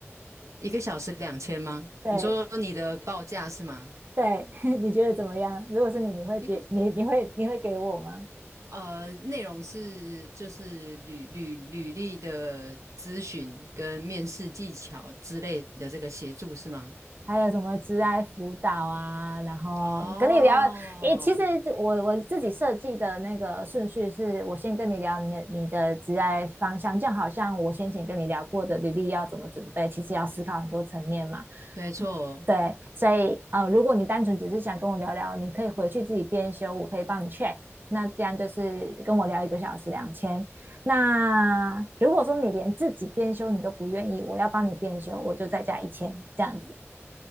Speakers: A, on the right (about 80°); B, on the right (about 40°).
A: 一个小时两千吗？
B: 对，
A: 你说你的报价是吗？
B: 对，<laughs> 你觉得怎么样？如果是你，你会觉你你会你会给我吗？
A: 一个呃，内容是就是履履履历的咨询跟面试技巧之类的这个协助是吗？
B: 还有什么职爱辅导啊？然后跟你聊，
A: 哦，
B: 诶，其实我我自己设计的那个顺序是，我先跟你聊你的你的职爱方向，就好像我先前跟你聊过的履历要怎么准备，其实要思考很多层面嘛。
A: 没错，
B: 对，所以呃，如果你单纯只是想跟我聊聊，你可以回去自己编修，我可以帮你 check。那这样就是跟我聊一个小时两千。那如果说你连自己编修你都不愿意，我要帮你编修，我就再加一千这样子。